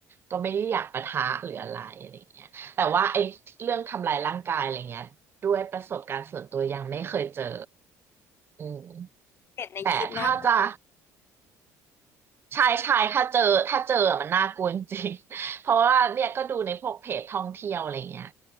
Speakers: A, on the right (about 35°); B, on the left (about 40°).
A: ก็ไม่ได้อยากปะทะหรืออะไรอะไรเงี้ยแต่ว่าไอ้เรื่องทำลายร่างกายอะไรเงี้ยด้วยประสบการณ์ส่วนตัวยังไม่เคยเจออืม
B: เห็นในคลิปน่ากลัว
A: แต่ถ้าจะ ใช่ใช่ถ้าเจอถ้าเจอมันน่ากลัวจริงๆ <laughs> เพราะว่าเนี่ยก็ดูในพวกเพจท่องเที่ยวอะไรเงี้ย